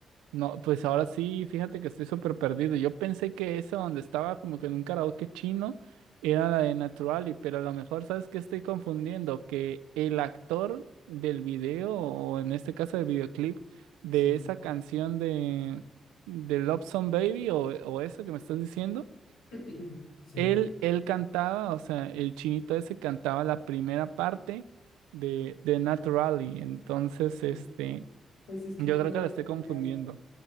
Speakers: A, on the right; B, on the left.
A: no, pues ahora sí, fíjate que estoy súper perdido. Yo pensé que esa donde estaba como que en un karaoke chino era la de Naturally, pero a lo mejor sabes que estoy confundiendo, que el actor del video, o en este caso del videoclip, de
B: Sí,
A: esa canción de, de Love Song Baby o, o esa que me estás diciendo,
B: <clears throat> sí.
A: él, él cantaba, o sea, el chinito ese cantaba la primera parte de, de Naturally. Entonces, este,
B: Mm, Pues es que
A: yo
B: como
A: creo que la estoy
B: ella,
A: confundiendo.